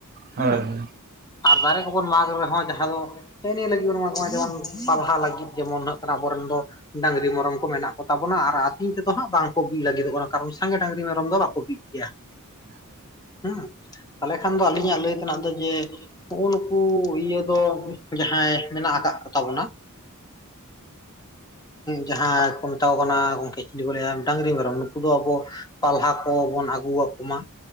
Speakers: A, on the right; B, on the left.
A: ᱦᱳᱭ
B: ᱦᱮᱸ
A: ᱦᱳᱭ
B: ᱾ ᱟᱨ ᱫᱟᱨᱮ ᱠᱚᱵᱚᱱ ᱢᱟᱜᱽ ᱨᱮᱦᱚᱸ ᱡᱟᱦᱟᱸ ᱫᱚ ᱦᱮᱸᱼ ᱱᱤᱭᱟᱹ ᱞᱟᱹᱜᱤᱫ ᱵᱚᱱ ᱢᱟᱜ ᱢᱟ ᱡᱮᱢᱚᱱ ᱯᱟᱞᱦᱟ ᱞᱟᱹᱜᱤᱫ ᱡᱮᱢᱚᱱ ᱱᱟᱜ ᱟᱵᱚᱨᱮᱱ ᱫᱚ ᱰᱟᱹᱝᱨᱤ, ᱰᱟᱝᱨᱤ, ᱢᱮᱨᱚᱢ ᱠᱚ ᱢᱮᱱᱟᱜ ᱠᱚ ᱛᱟᱵᱚᱱᱟ ᱟᱨ ᱟᱹᱛᱤᱧ ᱛᱮᱫᱚ ᱦᱟᱸᱜ ᱵᱟᱝᱠᱚ ᱵᱤᱫ ᱞᱟᱹᱜᱤᱫᱚᱜ ᱠᱟᱱᱟ ᱟᱨ ᱥᱟᱸᱜᱮ ᱰᱟᱹᱝᱨᱤ, ᱢᱮᱨᱚᱢ ᱫᱚ ᱵᱟᱠᱚ ᱵᱤᱜ ᱜᱮᱭᱟ
A: ᱪᱮᱫ
B: ᱾
A: ᱦᱚᱸ ᱵᱟᱝ ᱟᱸᱡᱚᱢᱚᱜ ᱠᱟᱱᱟ
B: ᱦᱮᱸᱻ ᱛᱟᱦᱞᱮ ᱠᱷᱟᱱ ᱫᱚ ᱟᱹᱞᱤᱧᱟᱜ ᱞᱟᱹᱭ ᱛᱮᱱᱟᱜ ᱫᱚ ᱡᱮ, ᱱᱚᱜᱼᱚ ᱱᱩᱠᱩ ᱤᱭᱟᱹ ᱫᱚ ᱡᱟᱦᱟᱸᱭ ᱢᱮᱱᱟᱜ ᱟᱠᱟᱫ, ᱛᱟᱵᱚᱱᱟ ᱡᱟᱦᱟᱸ ᱠᱚ ᱢᱮᱛᱟ ᱠᱚ ᱠᱟᱱᱟ ᱜᱚᱝᱠᱮ ᱠᱤᱪᱷᱩ ᱠᱚ ᱞᱟᱹᱭᱟ ᱰᱟᱝᱨᱤ, ᱢᱮᱨᱚᱢ ᱱᱩᱠᱩ ᱫᱚ ᱟᱵᱚ, ᱯᱟᱞᱦᱟ ᱠᱚᱵᱚᱱ ᱟᱹᱜᱩ ᱟᱠᱚ ᱢᱟ